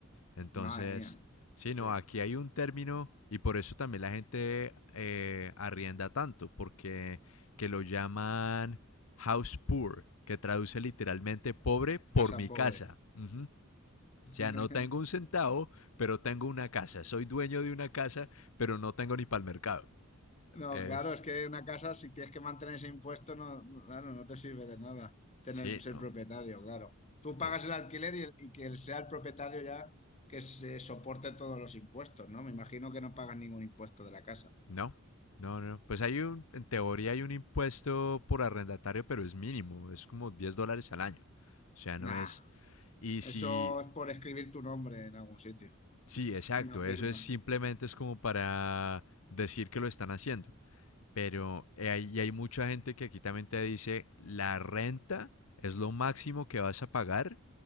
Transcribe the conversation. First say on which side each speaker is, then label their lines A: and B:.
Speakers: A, on the left; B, on the left.
A: Entonces,
B: Madre mía,
A: sí,
B: sí,
A: no, aquí hay un término y por eso también la gente eh, arrienda tanto, porque que lo llaman house poor, que traduce literalmente pobre por
B: casa
A: mi
B: pobre.
A: casa. Ujú. O
B: <laughs>
A: sea, no tengo un centavo, pero tengo una casa. Soy dueño de una casa, pero no tengo ni para el mercado.
B: No,
A: Es,
B: claro, es que una casa, si tienes que mantener ese impuesto, no, no, claro, no te sirve de nada tener
A: sí,
B: ser
A: no,
B: propietario, claro. Tú pagas
A: es,
B: el alquiler y, el- y que él sea el propietario ya que se soporte todos los impuestos, ¿no? Me imagino que no pagas ningún impuesto de la casa.
A: no. No, no, no. pues hay un, en teoría hay un impuesto por arrendatario, pero es mínimo, es como 10 dólares al año. O sea, no
B: Nah,
A: es, Y
B: eso
A: si,
B: es por escribir tu nombre en algún sitio,
A: sí, exacto,
B: una firma.
A: eso es simplemente es como para decir que lo están haciendo. Pero hay, y hay mucha gente que aquí también te dice, la renta es lo máximo que vas a pagar,